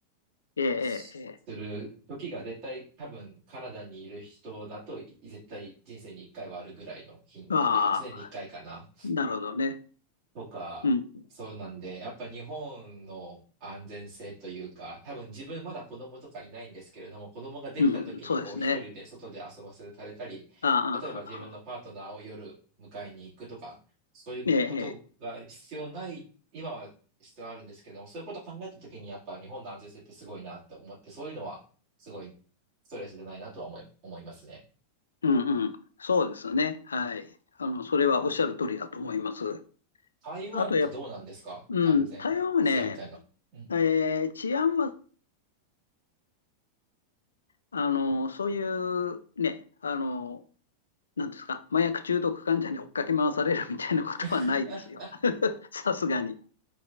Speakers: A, on the left; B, on the right.
A: ええ、
B: する時が絶対多分カナダにいる人だとい絶対人生に一回はあるぐらいの頻度で、
A: ええ、ええ。ああ、
B: 一年に一回かいかな。
A: なるほどね。
B: とか、
A: うん。
B: そうなんで、やっぱ日本の安全性というか、多分自分まだ子供とかいないんですけれども、子供ができた時にこう一人で外で遊ばせられたり、
A: うん。そうですね。ああ、
B: 例えば自分のパートナーを夜迎えに行くとか、
A: ああ、ああ。
B: そういうことが必要ない、
A: ええ、ええ
B: 今は必要あるんですけども、そういうことを考えた時にやっぱ日本の安全性ってすごいなと思って、そういうのはすごいストレスでないなとは思い、思いますね。
A: うんうん。そうですね。はい。あの、それはおっしゃる通りだと思います。
B: 台湾ってどうなんですか安全性みたいな。
A: あとや、うん、台湾はね、
B: うん。
A: えー治安は、あの、そういうね、あの、なんですか、麻薬中毒患者に追っかけ回されるみたいなことはないですよ。
B: <laughs>
A: <laughs> さすがに。